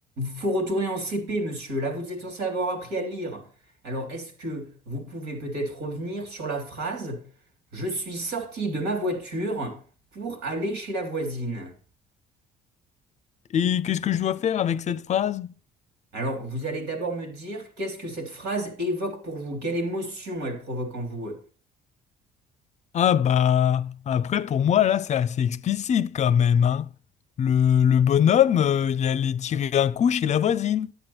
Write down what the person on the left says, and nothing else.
Et qu'est-ce que je dois faire avec cette phrase?
Ah bah après pour moi là c'est assez explicite quand même hein. Le, le bonhomme euh, il allait tirer un coup chez la voisine.